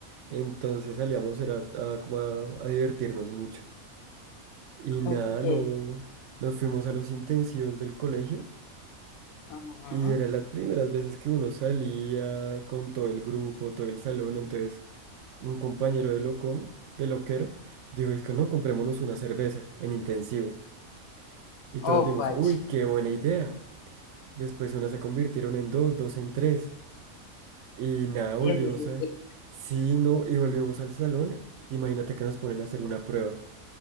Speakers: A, on the right; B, on the left.
A: entonces salíamos era a, como a, a divertirnos mucho. Y nada,
B: Ok.
A: no, nos fuimos a los intensivos del colegio.
B: Ajá.
A: Y eran las primeras veces que uno salía con todo el grupo, todo el salón, entonces un compañero de locón, de loquero, dijo, es que no, comprémonos una cerveza en intensivo. Y
B: Oh,
A: todos dimos,
B: pach.
A: uy, qué buena idea. Después unas se convirtieron en dos, dos en tres. Y nada, volvimos
B: Y así sucede.
A: a... Sí, no, y volvimos al salón. Imagínate que nos ponen a hacer una prueba.